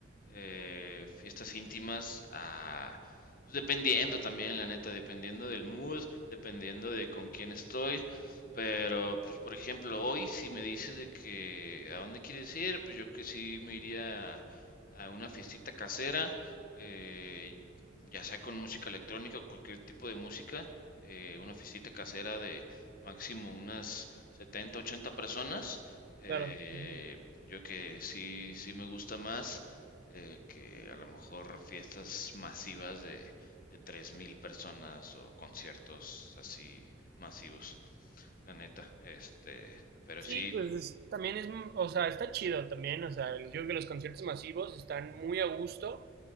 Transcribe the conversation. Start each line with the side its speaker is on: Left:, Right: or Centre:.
Left: eh, fiestas íntimas a, pues dependiendo también, la neta, dependiendo del mood, dependiendo de con quién estoy. Pero, pues, por ejemplo, hoy si me dices de que a dónde quieres ir, pues yo que sí me iría a una fiestita casera, eh, ya sea con música electrónica o cualquier tipo de música, eh, una fiestita casera de máximo unas 70 80 personas. eh,
Right: Claro. Ujú.
Left: yo que sí, sí me gusta más eh, que a lo mejor fiestas masivas de, de 3.000 personas o conciertos así masivos, la neta. Este, pero
Right: Sí,
Left: sí,
Right: pues es- también es, m- o sea, está chido también, o sea, yo creo que los conciertos masivos están muy a gusto,